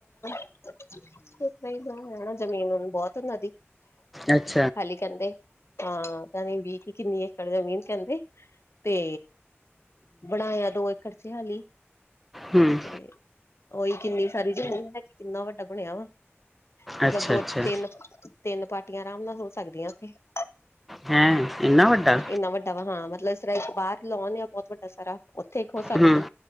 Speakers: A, on the left; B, in the centre.
A: ਕਈ ਲੋਗ ਹੈਣਾ ਜਮੀਨ ਬਹੁਤ ਓਨਾ ਦੀ।
B: ਅੱਛ
A: ਹਾਲੀ ਕਹਿੰਦੇ। ਹਾਂ ਕਹਦੇ ਵੀ ਕੀ ਕਿੰਨੀ ਏਕੜ ਜ਼ਮੀਨ ਕਹਿੰਦੇ, ਤੇ ਬਣਾਇਆ ਦੋ ਏਕੜ ਸੀ ਹਾਲੀ।
B: ਹੂੰ
A: ਤੇ ਉਹੀ ਕਿੰਨੀ ਸਾਰੀ ਜਮੀਨ ਹੈਗੀ, ਕਿੰਨਾ ਵੱਡਾ ਬਣਿਆ ਵਾ। ਮਤਲਬ
B: ਅੱਛਾ
A: ਦੋ
B: ਅੱਛਾ
A: ਤਿੰਨ, ਤਿੰਨ ਪਾਰਟੀਆਂ ਆਰਾਮ ਨਾਲ ਹੋ ਸਕਦੀਆਂ ਉੱਥੇ। ਹਾਂ,
B: ਹੈਂ ਇੰਨਾ ਵੱਡਾ
A: ਇੰਨਾ ਵੱਡਾ ਵਾ ਹਾਂ, ਮਤਲਬ ਇਸ ਤਰ ਇੱਕ ਬਾਹਰ ਲਾਉਣ ਆ ਬਹੁਤ ਵੱਡਾ ਸਾਰਾ। ਉੱਥੇ ਇੱਕ ਹੋ ਸਕਦੀ,
B: ਹੂੰ